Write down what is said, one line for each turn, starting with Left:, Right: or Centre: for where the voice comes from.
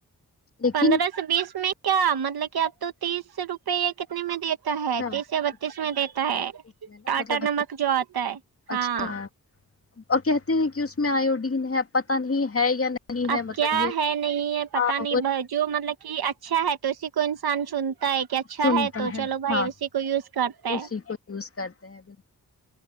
Left: لیکن
Right: پندرہ سے بیس میں کیا مطلب کہ آپ تو تیس روپئے ایک کتنے میں دیتا ہے
Left: اچھا اچھا،
Right: تیس یا بتیس میں دیتا ہے
Left: پچیس میں نا
Right: ٹاٹا
Left: مطلب
Right: نمک جو آتا ہے ہاں
Left: اچھا اور کہتے ہیں کہ اس میں آیوڈین ہے پتا نہیں ہے یا نہیں
Right: اب
Left: ہے مطلب
Right: کیا
Left: یہ
Right: ہے نہیں ہے پتا
Left: ہاں
Right: نہیں
Left: وہ
Right: جو مطلب کہ اچھا ہے تو اسی کوئی انسان چن تا ہے کہ اچھا
Left: چنتا
Right: ہے تو چلو بھائی
Left: ہاں
Right: اسی کو یوز کرتا ہے
Left: اسی کو یوز کرتے ہیں بالکل